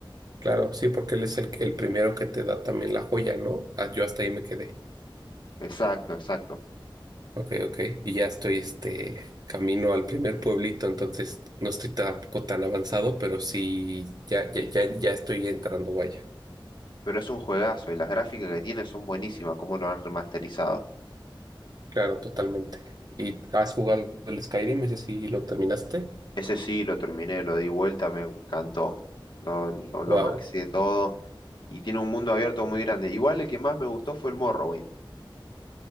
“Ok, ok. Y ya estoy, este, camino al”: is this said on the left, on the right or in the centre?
Right